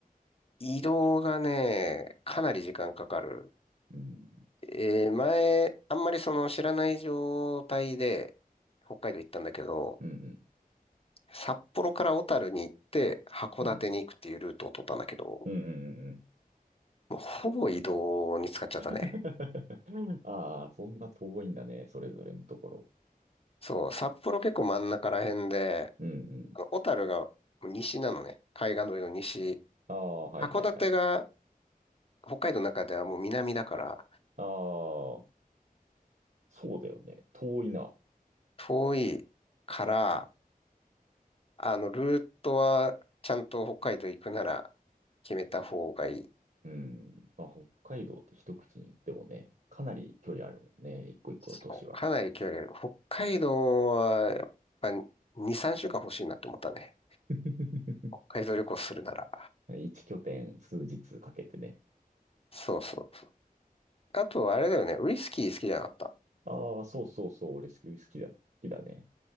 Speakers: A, on the left (about 40°); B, on the right (about 65°).
A: 移動がね、かなり時間かかる。
B: うん。
A: えー前、あんまりその知らない状態で北海道行ったんだけど、
B: うん、
A: 札幌から小樽に行って函館に行くっていうルートを取ったんだけど、
B: うん、うん。うん、うん、うん。うん
A: もうほぼ移動に使っちゃったね。
B: <laughs> ああ、そんな遠いんだね。それぞれのところ。
A: そう、札幌結構真ん中ら辺で、
B: うん、うん。
A: あの小樽が西なのね。海岸沿いの西。
B: ああ、はい、
A: 函館が
B: はい、はい。
A: 北海道の中ではもう南だから、
B: ああ、そうだよね。遠いな。
A: 遠いから、あの、ルートはちゃんと北海道行くなら決めた方がいい。
B: うん。まあ、北海道って一口に言ってもね、かなり距離あるもんね。一個一個の都市は。
A: そう、かなり距離ある。北海道はやっぱ2、3週間欲しいなって思ったね。
B: <laughs>
A: 北海道旅行するなら。
B: 一拠点数日かけてね。
A: そうそうそう。あと、あれだよね。ウイスキー好きじゃなかった。
B: ああ、そうそうそう。俺スキー好きだ。好きだね。